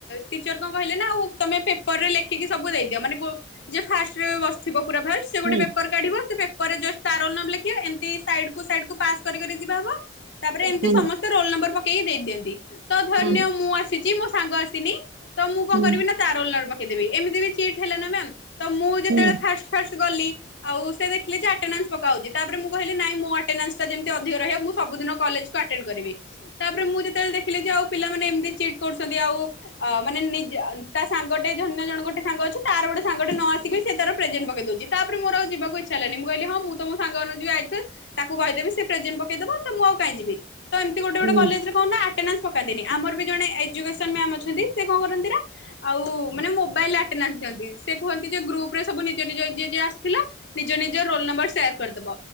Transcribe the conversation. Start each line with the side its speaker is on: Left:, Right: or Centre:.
Left: ଟିଚର କଣ କହିଲେ ନା ଆଉ ତମେ ପେ ପରେ ଲେଖିକି ସବୁ ଦେଇଦିଅ ମାନେ ଯିଏ ଫାଷ୍ଟ ରେ ବସିଥିବ ପୁରା ଫାଷ୍ଟ। ସେ
Right: ହୁଁ
Left: ଗୋଟେ ପେପର କାଢିବ। ସେ ପେପରରେ ଜଷ୍ଟ ତା ରୋଲ୍ ର ନମ୍ବର ଲେଖିବ ଏମିତି ସାଇଡ୍‌ କୁ ସାଇଡ୍‌ ପାସ୍ ଜି ହବ ତାପରେ ଏମିତି
Right: ହୁଁ
Left: ସମସ୍ତେ ରୋଲ ନମ୍ବର ପକେଇକି ଦେଇ ଦିଅନ୍ତି। ତ ଧରିନିଅ
Right: ହୁଁ
Left: ମୁଁ ଆସିଛି ମୋ ସାଙ୍ଗ ଆସିନି ତ ମୁଁ କଣ
Right: ହୁଁ
Left: କରିବି ନା ତା ରୋଲ୍ ନମ୍ବର ପକେଇଦେବି ଏମିତି ବି ଚିଟ୍ ହେଲାନା ମ୍ୟାମ୍ ତ ମୁଁ ଯେତେବେଳେ
Right: ହୁଁ
Left: ଫାଷ୍ଟ ଫାଷ୍ଟ ଗଲି। ଆଉ ସେ ଦେଖିଲି ଆଟେନାନ୍ସ ପକାହଉଛି ତାପରେ ମୁଁ କହିଲି ନାଇଁ ମୋ ଆଟେନାନ୍ସ ଯେମିତି ଅ ଅଧିକ ରହିବ ମୁଁ ସବୁଦିନ କଲେଜ୍‌କୁ ଆଟେନ୍‌ କରିବି। ତାପରେ ମୁଁ ଯେତେବେଳେ ଦେଖିଲି ଯେ ଆଉ ପିଲାମାନେ ଏମିତି ଚିଟ୍ କରୁଛନ୍ତି। ଆଉ ଅ ମାନେ ନିଜ ତା ସାଙ୍ଗଟେ ଜନ୍ୟ ଜଣ ଗୋଟେ ସାଙ୍ଗ ଅଛି ତାର ଗୋଟେ ସାଙ୍ଗଟେ ନ ଆସିକି ସେ ତାର ପ୍ରେଜେଣ୍ଟ ପକେଇ ଦଉଛି ତାପରେ ମୋର ଆଉ ଯିବାକୁ ଇଛା ହେଲାନି। ମୁଁ କହିଲି ମୁଁ ତ ମୋ ସାଙ୍ଗ ମାନଙ୍କୁ ଯିଏ ଆଇଥିବେ ତାକୁ କହିଦେବି। ତ ପ୍ରେଜେଣ୍ଟ ପକେଇଦବ ତ ମୁଁ ଆଉ କାଇଁ ଯିବି। ତ ଏମିତି ଗୋଟେ ଗୋଟେ
Right: ହୁଁ
Left: କଲେଜ୍‌ରେ କଉନ ଏଟେନାନ୍ସ ପକାନ୍ତିନି ଆମର ବି ଜଣେ ଏଜୁକେସନ୍ ମ୍ୟାମ୍ ଅଛନ୍ତି ସେ କଣ କରନ୍ତି ନା ଆଉ ମାନେ ମୋବାଇଲ୍ ଆଟେନାନ୍ସ ଦିଅନ୍ତି। ସେ କୁହନ୍ତି ଯେ ଗ୍ରୁପ୍ ରେ ସବୁ ନିଜ ନିଜ ଯିଏ ଯିଏ ଆସିଥିଲା। ନିଜ ନିଜର ରୋଲ୍ ନମ୍ବର ସେୟାର କରିଦବ।